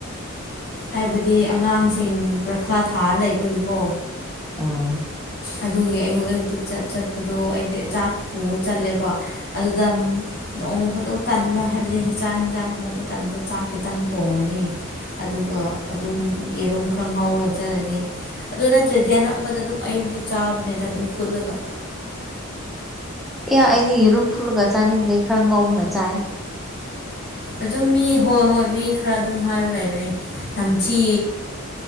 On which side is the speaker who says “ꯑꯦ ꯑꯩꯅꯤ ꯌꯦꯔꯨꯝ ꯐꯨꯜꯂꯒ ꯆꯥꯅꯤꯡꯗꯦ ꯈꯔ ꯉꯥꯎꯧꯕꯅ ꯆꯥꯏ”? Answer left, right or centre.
Centre